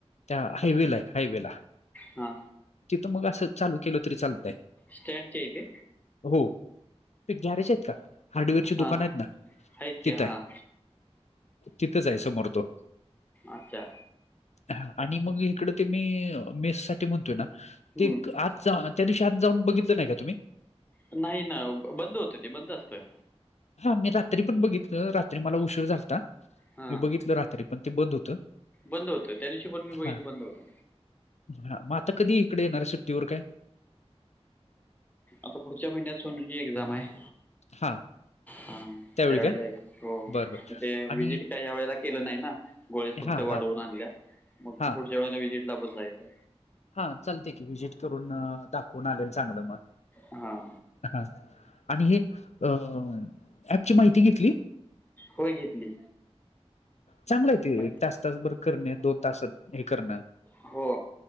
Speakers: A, on the left; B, on the left.
A: त्या हायवे ला आहे हायवे ला.
B: हा
A: तिथं मग असं चालू केलं तरी चालतंय.
B: स्टॅंडच्या इथे.
A: हो ते गॅरेज आहेत का हार्डवेअर ची
B: हां
A: दुकान आहेत ना
B: आहेत की
A: तिथं
B: हां
A: हाय. तिथंच आहे समोर तो.
B: अच्छा
A: ह आणि मग इकडं ते मी मेस साठी म्हणतोय ना
B: हम्म
A: ते आज त्या दिवशी आत जाऊन बघितलं नाही का तुम्ही.
B: नाही ना बंद होतं ते बंद असतंय.
A: हा मी रात्री पण बघितलं रात्री मला उशीर झालता
B: हां
A: मी बघितलं रात्री पण ते बंद होतं.
B: बंद होतं त्या दिवशी पण मी बघितलं
A: हा
B: बंद होतं.
A: हा मग आता कधी इकडे येणार आहे सुट्टीवर काय.
B: आता पुढच्या महिन्यात सोनूची एक्झाम आहे.
A: हा
B: ह
A: त्यावेळी
B: त्यावेळेला
A: काय
B: येतो
A: बरं बरं
B: ते
A: आणि
B: विजिट काय या वेळेला केलं नाही ना गोळेस फक्त
A: हा
B: वाढवून
A: हा
B: आणल्या मग
A: हा
B: त पुढच्या वेळेला विजिटला पण जायचं.
A: हा चालते की व्हीजिट करून दाखवून आलेल चांगलं मग.
B: हां
A: हा आणि हे अ ऍपची माहिती घेतली.
B: होय घेतली.
A: चांगला आहे ते
B: मग
A: एक तास तास बर करणे दोन तासत हे करणं
B: हो